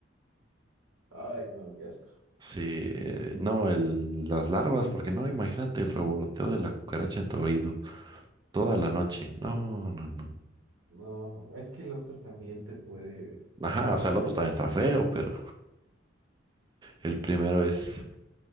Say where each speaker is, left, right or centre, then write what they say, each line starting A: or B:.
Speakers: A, on the right (about 85°); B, on the right (about 20°).
A: Ay, no, qué asco.
B: Sí, eh, no, el, las larvas, porque no, imagínate el revoloteo de la cucaracha en tu oído toda la noche. No, no, no.
A: No, es que el otro también te puede...
B: Ajá, o sea, el otro también está feo, pero el primero es,